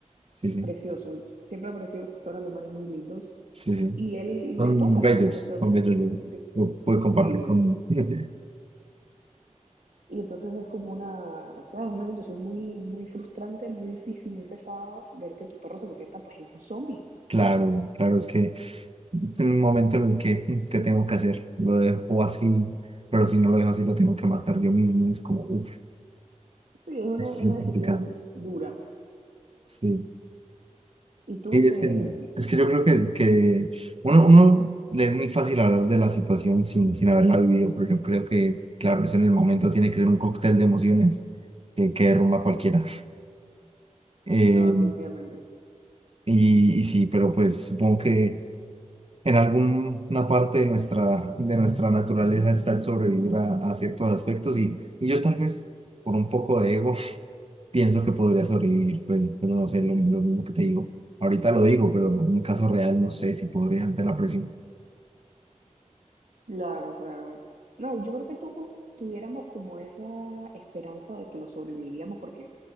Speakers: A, on the right; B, on the right.
A: Sí, sí,
B: Precioso, siempre ha parecido los pastores alemanes muy lindos.
A: sí, sí.
B: Y él
A: Son
B: le toca
A: bellos,
B: esa situación
A: son
B: de
A: bellos,
B: que,
A: yo,
B: de,
A: yo pude compartir
B: sí, de-
A: con uno. <laughs>
B: y entonces es como una, ¿sabes? Una situación muy, muy frustrante, muy difícil, muy pesada ver que tu perro se convierta pues en un zombie
A: Claro, claro, es que en un momento en el que, mm, ¿qué tengo que hacer? Lo dejo así, pero si no lo dejo así, lo tengo que matar yo mismo. Es como, uff,
B: Sí, es una,
A: es
B: es una decisión
A: complicado.
B: dura.
A: Sí.
B: Y tú
A: Y
B: te...
A: es que, es que yo creo que, que uno, uno le es muy fácil hablar de la situación sin, sin haberla vivido, pero yo creo que, claro, es en el momento, tiene que ser un cóctel de emociones que, que derrumba a cualquiera. Eh,
B: No, definitivamente.
A: y, y sí, pero pues supongo que. En alguna parte de nuestra, de nuestra naturaleza está el sobrevivir a, a ciertos aspectos y, y yo tal vez por un poco de ego <laughs> pienso que podría sobrevivir, pero, pero no sé, lo, lo mismo que te digo. Ahorita lo digo, pero en un caso real no sé si podría ante la presión.
B: Claro, claro. No, yo creo que todos tuviéramos como esa esperanza de que lo sobreviviríamos porque,